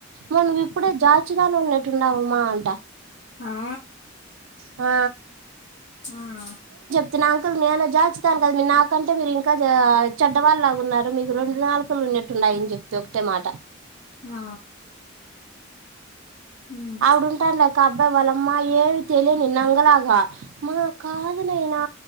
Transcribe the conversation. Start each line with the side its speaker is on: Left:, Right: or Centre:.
Right: మళ్ళ ఇప్పుడే జా పచ్చిదనం ఉన్నట్టు ఉన్నావమ్మా అంట
Left: ఆ
Right: ఆ
Left: ఆ
Right: ఇ నా అంకులు నేను జాచుతాను కదా మీ నాకంటే మీరు ఇంకా చెడ్డవాళ్ళు లాగా ఉన్నారు మీకు రెండు నాలుకులు ఉన్నేట్టు ఉన్నాయ అని చెప్తే ఒకటే మాట
Left: ఆ ఉమ్
Right: ఆవిడంటానులేక అబ్బాయి వాళ్ళమ్మా ఏమి తెలియని నంగలాగా మా కాదునైనా